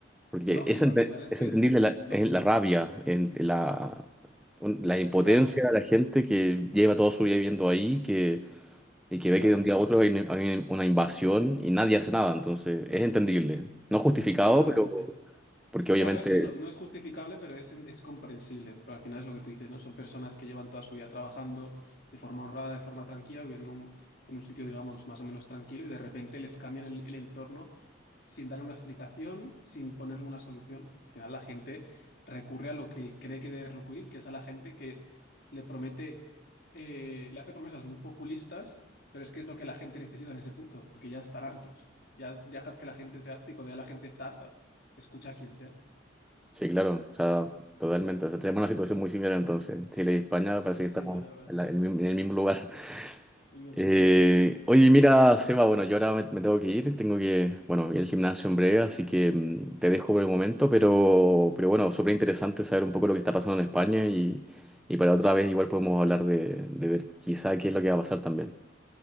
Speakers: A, in the centre; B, on the left.
A: porque
B: Es lógico,
A: es, ente-
B: al final es
A: es
B: que
A: entendible
B: es,
A: la,
B: es lógico.
A: es la rabia, en- la, un- la impotencia
B: Claro,
A: de la gente que lleva toda su vida viviendo ahí, y que
B: claro.
A: ve que de un día a otro hay, una hay una invasión y nadie hace nada, entonces es entendible. No justificado,
B: Totalmente.
A: pero porque obviamente,
B: Claro, eso es- no, no es justificable, pero es, es comprensible. Pero al final es lo que tú dices, ¿no? Son personas que llevan toda su vida trabajando de forma honrada, de forma tranquila, viviendo en un, en un sitio, digamos, más o menos tranquilo y de repente les cambian el, el entorno sin darle una explicación, sin ponerle una solución. Pues al final la gente recurre a lo que cree que debe recurrir, que es a la gente que le promete, eh, le hace promesas muy populistas, pero es que es lo que la gente <laughs> necesita en ese punto, porque ya están hartos. Ya dejas que la gente sea harta y cuando ya la gente está harta, escucha a quien sea.
A: sí, claro, o sea, totalmente. O sea, tenemos una situación muy similar entonces. Chile y España parece
B: Pues
A: que estamos
B: sí, la verdad.
A: en, la- en el mismo en el mismo lugar. <laughs>
B: Mismo punto.
A: Eh, oye, mira, Seba, bueno, yo ahora me, me tengo que ir, tengo que, bueno, ir al gimnasio en breve, así que mm, te dejo por el momento, pero, pero bueno, súper interesante saber un poco lo que está pasando en España y, y para otra vez igual podemos hablar de, de ver quizá qué es lo que va a pasar también.